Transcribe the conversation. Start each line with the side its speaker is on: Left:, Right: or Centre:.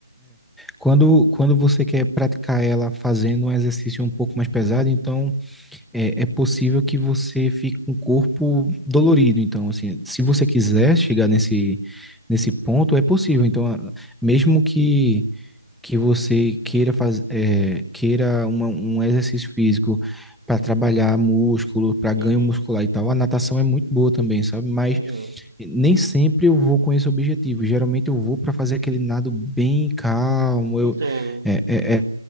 Centre: quando, quando você quer praticar ela fazendo um exercício um pouco mais pesado, então é, é possível que você fique com o corpo dolorido. Então, assim, se você quiser chegar nesse, nesse ponto, é possível. Então, a- mesmo que, que você queira, faz, é, queira uma- um exercício físico para trabalhar músculo, para ganho
Right: Uhum,
Centre: muscular e tal, a natação é muito boa também, sabe? Mas
Right: uhum,
Centre: nem sempre eu vou com esse objetivo. Geralmente eu vou para fazer aquele nado bem calmo.
Right: entendo.
Centre: Eu, é, é, é